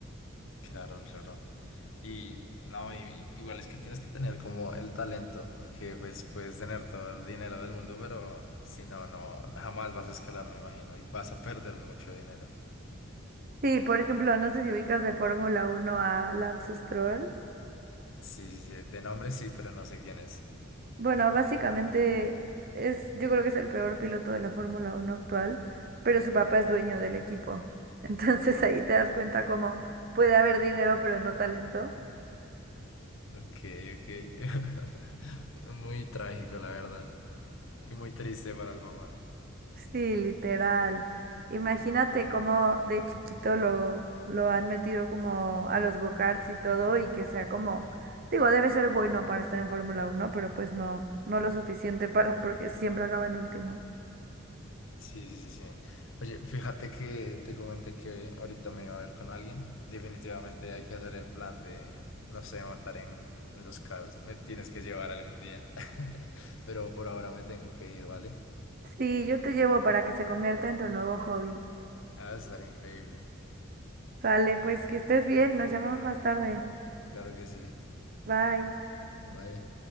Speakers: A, on the left (about 65°); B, on the right (about 45°).
A: Claro, claro. Y no, y- y igual es que tienes que tener como el talento, porque pues puedes tener todo el dinero del mundo, pero si no, no, jamás vas a escalar, me imagino, y vas a perder mucho dinero.
B: Sí, por ejemplo, no sé si ubicas de Fórmula Uno a Lance Stroll.
A: Sí, sí, sí, de nombre sí, pero no sé quién es.
B: Bueno, básicamente es, yo creo que es el peor piloto de la Fórmula Uno actual, pero su papá es dueño del equipo. <laughs> Entonces ahí te das cuenta cómo puede haber dinero, pero no talento.
A: Ok, ok. <laughs> Muy trágico, la verdad. Y muy triste para el papá.
B: Sí, literal. Imagínate cómo de chiquito lo, lo han metido como a los go-karts y todo y que sea como, digo, debe ser bueno para estar en Fórmula uno pero pues no, no lo suficiente para porque siempre acaba en último.
A: Sí, sí, sí. sí. Oye, fíjate que te comenté que ahorita me iba a ver con alguien. Definitivamente hay que hacer el plan de, no sé, montar en, en los cars. Me tienes que llevar algún día. <laughs> Pero por ahora me tengo que ir, ¿vale?
B: Sí, yo te llevo para que se convierta en tu nuevo hobby.
A: Ah, estaría increíble.
B: Sale, pues que estés bien, nos llamamos más tarde.
A: Claro que sí.
B: Bye.
A: Bye.